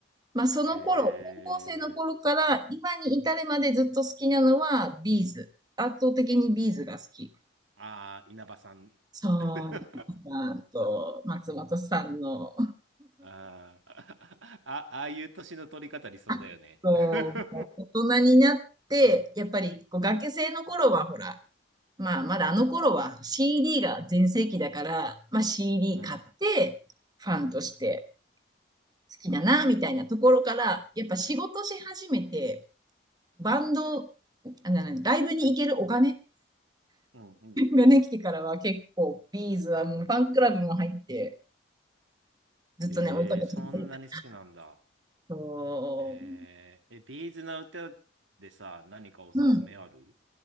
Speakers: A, on the right; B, on the right.
A: まあその頃、
B: ー、えー、
A: 高校生の頃から今に至るまでずっと好きなのはビーズ。
B: へ
A: 圧倒的にビーズが好き。
B: あー、稲葉さん。
A: そう、
B: <laughs>
A: 皆さんと松本さんの、
B: あー、<laughs> あ、ああいう年の取り方理想だよね。
A: あ、こう、
B: <laughs>
A: もう大人になって、やっぱりこう学生の頃はほら、まあまだあの頃は CD が全盛期だから、まあ CD
B: うん、
A: 買ってファンとして好きだな、みたいなところから、やっぱ仕事し始めて、バンド、あななライブに行けるお金 <laughs>
B: うん、うん。
A: がね、来てからは結構ビーズはもうファンクラブも入って、ずっとね、
B: えー、
A: 追いかけていってるから。
B: そんなに好きなんだ。
A: そう。
B: へえ、え、ビーズの歌でさ、何かおすすめある
A: うん